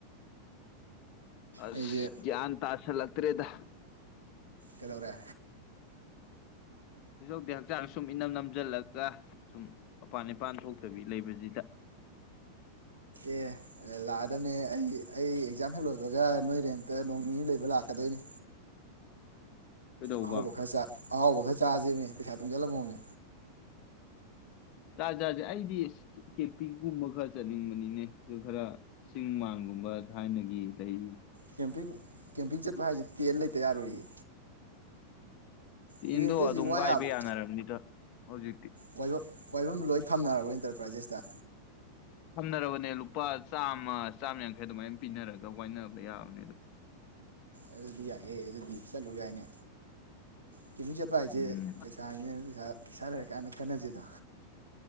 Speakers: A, on the left (about 40°); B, on the right (about 80°).
A: ꯑꯁ
B: ꯑꯩꯁꯦ
A: ꯒꯌ꯭ꯥꯟ ꯇꯥ ꯑꯁꯥꯜꯂꯛꯇꯔꯦꯗ
B: ꯀꯗꯧꯔꯦ
A: ꯐꯣꯏꯗꯧꯗꯤ ꯍꯛꯆꯥꯡ ꯁꯨꯝ ꯏꯅꯝ ꯅꯝꯁꯤꯜꯂꯒ ꯁꯨꯝ ꯃꯄꯥꯟ ꯅꯤꯄꯥꯟ ꯊꯣꯛꯇꯕꯤ ꯂꯩꯕꯁꯤꯗ
B: ꯑꯦ ꯂꯥꯛꯗꯕꯅꯦ ꯑꯩ ꯑꯩ ꯑꯦꯛꯖꯥꯝ ꯍꯦꯛ ꯂꯣꯏꯕꯒ ꯅꯣꯏꯔꯦꯝꯇ ꯅꯣꯡ ꯅꯤꯅꯤ ꯂꯣꯏꯕ ꯂꯥꯛꯀꯗꯣꯏꯅꯤ
A: ꯀꯩꯗꯧꯕ
B: ꯑꯍꯧꯕ ꯈꯔ ꯆꯥꯛ ꯑꯍꯥꯎꯕ ꯈꯔ ꯆꯥꯥꯁꯕꯅꯦ ꯄꯩꯁꯥ ꯇꯨꯝꯁꯤꯜꯂꯝꯃꯣꯝꯅꯦ
A: ꯆꯥꯖꯥꯔꯥꯁꯦ ꯑꯩꯗꯤ ꯀꯦꯄꯤꯛꯒꯨꯝꯕ ꯈꯔ ꯆꯠꯅꯤꯡꯕꯅꯤꯅꯦ ꯑꯗꯨ ꯈꯔ ꯆꯤꯡ ꯃꯥꯟꯒꯨꯝꯕ ꯊꯥꯏꯅꯒꯤ ꯂꯩ
B: ꯀꯦꯝꯄꯤꯡ ꯀꯦꯝꯄꯤꯡ ꯆꯠꯄ ꯍꯥꯏꯁꯤꯗꯤ ꯇꯦꯜ ꯂꯩꯇ ꯌꯥꯔꯣꯏꯌꯦ
A: ꯇꯤꯟꯗꯣ
B: ꯇꯦꯟꯁꯦ ꯍꯧꯖꯤꯛ
A: ꯑꯗꯨꯝ
B: ꯋꯥ
A: ꯋꯥꯏꯕ
B: ꯌꯥꯕ
A: ꯌꯥꯅꯔꯕꯅꯤꯗ ꯍꯧꯖꯤꯛꯇꯤ
B: ꯋꯥꯏꯕ ꯋꯥꯏꯐꯝ ꯂꯣꯏ ꯊꯝꯅꯔꯕ ꯏꯟꯇꯔꯄ꯭ꯔꯥꯏꯖꯦꯁꯇ
A: ꯊꯝꯅꯔꯕꯅꯦ ꯂꯨꯄꯥ ꯆꯥꯝꯃ ꯑꯃ ꯆꯥꯝ ꯌꯥꯡꯈꯩ ꯑꯗꯨꯃꯥꯏꯅ ꯄꯤꯅꯔꯒ ꯋꯥꯏꯅꯕ ꯌꯥꯕꯅꯦ ꯑꯗꯨ
B: ꯑꯗꯨꯗꯤ ꯌꯥꯏꯍꯦ ꯑꯗꯨꯗꯤ ꯆꯠꯂꯨ ꯌꯥꯏꯅꯦ ꯀꯦꯝꯄꯤꯡ ꯆꯠꯄ ꯍꯥꯏꯁꯦ
A: ꯎꯝ
B: ꯄꯩꯁꯥꯅꯤ ꯄꯩꯁꯥ ꯩꯄꯩꯁꯥ ꯂꯩꯔꯀꯥꯟꯗ ꯈꯟꯅꯁꯤꯗꯣ